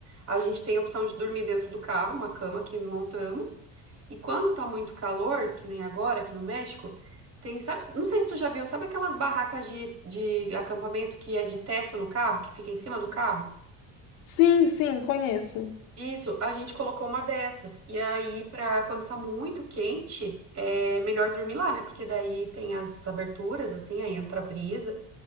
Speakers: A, on the right; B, on the left.
A: a gente tem a opção de dormir dentro do carro, uma cama que montamos. E quando tá muito calor, que nem agora aqui no México, tem, sabe, não sei se tu já viu, sabe aquelas barracas de, de acampamento que é de teto no carro, que fica em cima do carro?
B: Sim, sim, conheço.
A: Isso, a gente colocou uma dessas. E aí, pra quando tá muito quente, é melhor dormir lá, né? Porque daí tem as aberturas, assim, aí entra a brisa.